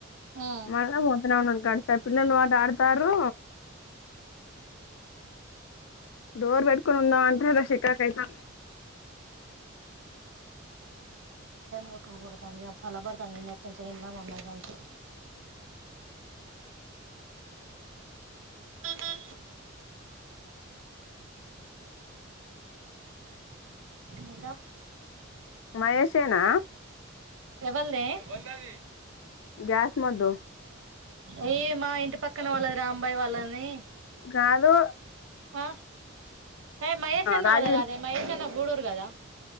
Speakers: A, on the right; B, on the left.
A: ఆ
B: మళ్ పోతున ఉడి గడసా పిల్లలు వాట ఆడతారు
A: ఆ
B: డోర్ పెట్కొ ఉందా అంతద శికాకైతా
A: కొట్టుకుడుతుంది అ సల పడుతుంది నంచన్నా స త ఇంకా
B: మహేశేనా
A: ఎవల్దే ఎవల్దది.
B: గ్యాస్ మొద్దు
A: ఏ మా ఇంటి పక్కన వాళ్ళది రాంబాయి వాళ్ళని
B: గాదు.
A: అ హే మహేషన్న
B: రాజీవ్
A: వాళ్ళది కాదే మహేషన్న గూడు గదా